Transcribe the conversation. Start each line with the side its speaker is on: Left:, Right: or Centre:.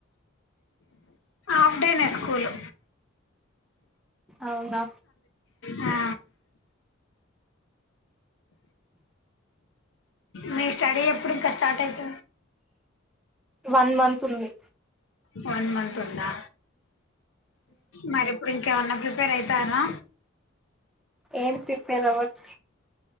Left: ఆఫ్డేనేె స్కూలు
Centre: అవునా
Left: ఆ మీ స్టడీ ఎప్పుడు ఇంకా స్టార్ట్ ఐతది?
Centre: వన్ మంత్ ఉంది
Left: వన్ మంత్ ఉందా? మరి ఇప్పుడు ఇంకేమన్నా ప్రిపేర్ అయితార్రా?
Centre: ఏం ప్రిపేర్ అవ్వట్